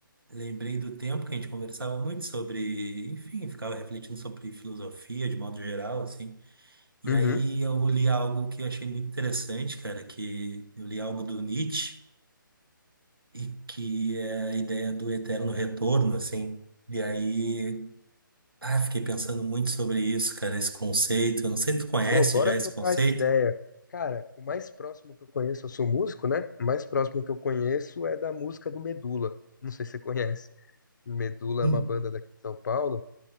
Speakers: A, on the right (about 85°); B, on the left (about 60°).
A: lembrei do tempo que a gente conversava muito sobre, enfim, ficava refletindo sobre filosofia de modo geral, assim. E
B: Uhum.
A: aí eu li algo que eu achei muito interessante, cara, que eu li algo do Nietzsche, e que é a ideia do eterno retorno, assim. E aí. Ah, fiquei pensando muito sobre isso, cara, esse conceito. Eu não sei se tu conhece
B: Pô, bora
A: já esse
B: trocar
A: conceito.
B: essa ideia. Cara, o mais próximo que eu conheço, eu sou músico, né? O mais próximo que eu conheço é da música do Medula. Não sei se você conhece. Medula
A: Hum.
B: é uma banda daqui de São Paulo